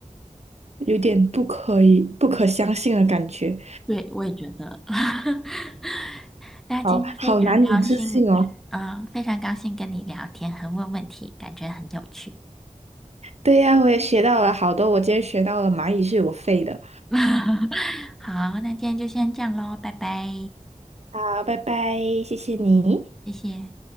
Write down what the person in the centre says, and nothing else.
对，我也觉得。<laughs> 那今天非常高兴，
嗯、非常高兴跟你聊天和问问题，感觉很有趣。
<laughs> 好，那今天就先这样喽，拜拜，
谢谢。